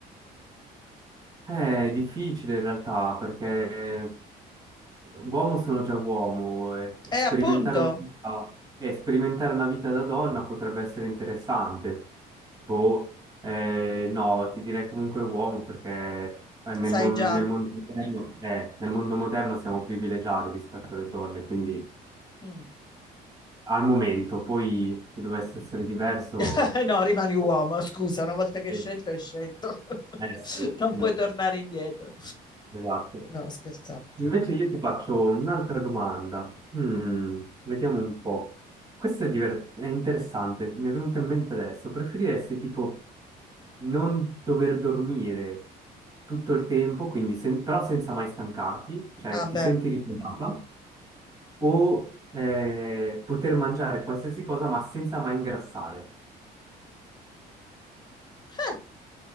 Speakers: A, on the right; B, on the left.
A: Eh, è difficile in realtà perché uomo sono già uomo e
B: E
A: sperimentare
B: eh, appunto,
A: una vita, e sperimentare una vita da donna potrebbe essere interessante. Boh, eh, no, ti direi comunque uomo perché eh, nel,
B: sai
A: mo- nel
B: già.
A: mondo moderno, eh, nel mondo moderno siamo privilegiati rispetto alle donne, quindi
B: Mm.
A: al momento, poi se dovesse essere diverso...
B: <laughs> no, rimani uomo, scusa, una volta che
A: eh,
B: hai scelto, hai scelto.
A: Eh
B: <laughs>
A: sì,
B: non puoi
A: mm,
B: tornare indietro.
A: esatto.
B: No, scherzavo.
A: Invece io ti faccio un'altra domanda. Mm, vediamo un po'. Questo è, diver- è interessante, mi è venuto in mente adesso. Preferiresti tipo non dover dormire tutto il tempo, quindi sen- però senza mai stancarti, cioè
B: Vabbè.
A: ti senti riposata, o eh, poter mangiare qualsiasi cosa ma senza mai ingrassare?
B: Eh,